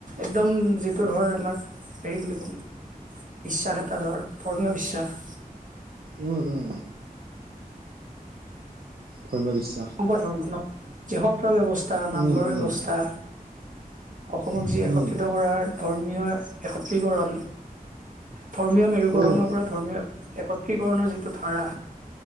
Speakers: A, on the right; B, on the right.
A: একদম যিটো ধৰ আমাৰ হেৰি বুলি ক'ম। বিশ্বাস এটা ধৰ ধৰ্মীয় বিশ্বাস।
B: উম উম ধৰ্ম বিশ
A: <unintelligible> ধৰ্মত যি সত্ৰৰ ব্যৱস্থা নামঘৰ
B: উম উম
A: ব্যৱস্থা অসমক যি একত্ৰিত
B: উম
A: কৰাৰ ধৰ্মীয় একত্ৰিকৰণ ধৰ্মীয় মেৰুকৰণৰ
B: উম
A: পৰা ধৰ্মীয় একত্ৰিকণৰ যিটো ধাৰা